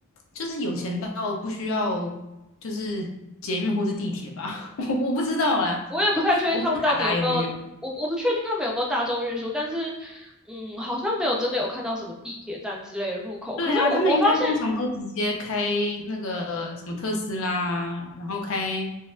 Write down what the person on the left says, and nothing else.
就是有钱到不需要就是捷运或是地铁吧，<laughs> 我我不知道啦，
我不知道卡达有没有。
对啊，
他们应该通常都直接开那个什么特斯拉，然后开